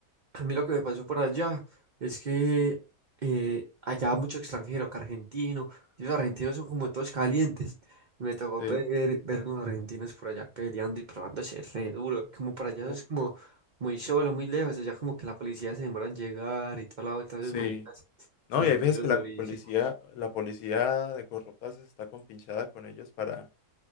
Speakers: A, on the right; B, on the left.
A: A mí lo que me pasó por allá es que eh, allá mucho extranjero, que argentino, y los argentinos son como todos calientes. Me tocó
B: Sí,
A: pe- ver, ver unos argentinos por allá peleando y probándose re duro, como para allá
B: uf,
A: es como muy solo, muy lejos, allá como que la policía se demora en llegar y toda la vuelta de
B: sí.
A: maricas
B: No,
A: se encendieron
B: y hay veces que la
A: durísimo.
B: policía, la policía de corruptas está compinchada con ellos para,